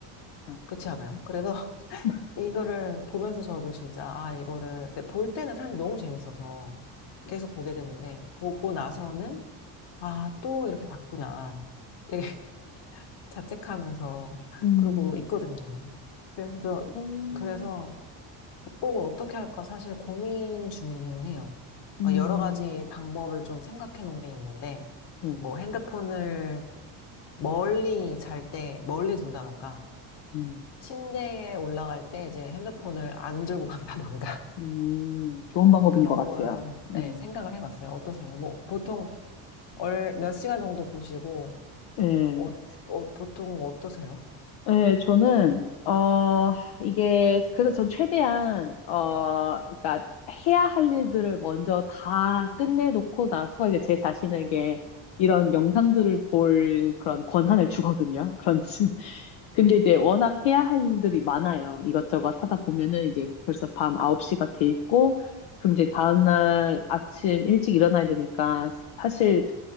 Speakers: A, on the left; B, on the left.
A: 아.
B: 그렇지 않아요? 그래서 <laughs>
A: <laughs>
B: 이거를 보면서 저도 진짜 아 이거를 근데 볼 때는 사실 너무 재밌어서 계속 보게 되는데 보고 나서는 아 또 이렇게 봤구나 되게 <laughs> 자책하면서
A: 음,
B: 그러고 있거든요. 그래서 저-
A: 어,
B: 그래서 극복을 어떻게 할까 사실 고민 중이기는 해요.
A: 음,
B: 어, 여러 가지 방법을 좀 생각해 놓은 게 있는데,
A: 네.
B: 뭐 핸드폰을 멀리 잘 때 멀리 둔다던가,
A: 음,
B: 침대에 올라갈 때 이제 핸드폰을 안 들고 간다던가,
A: 음, 좋은
B: <laughs>
A: 방법인
B: 그런
A: 것 같아요.
B: 거를
A: 음,
B: 네, 생각을 해봤어요. 어떠세요? 뭐 보통 얼, 몇 시간 정도 보시고,
A: 예.
B: 어, 어, 보통 어떠세요?
A: 네, 저는 어 이게 그래서 전 최대한 어 그러니까 해야 할 일들을 먼저 다 끝내놓고 나서 이제 제 자신에게 이런 영상들을 볼 그런 권한을 주거든요. 그런 <laughs> 근데 이제 워낙 해야 할 일들이 많아요. 이것저것 하다 보면은 이제 벌써 밤 9시가 돼 있고 그럼 이제 다음날 아침 일찍 일어나야 되니까 사실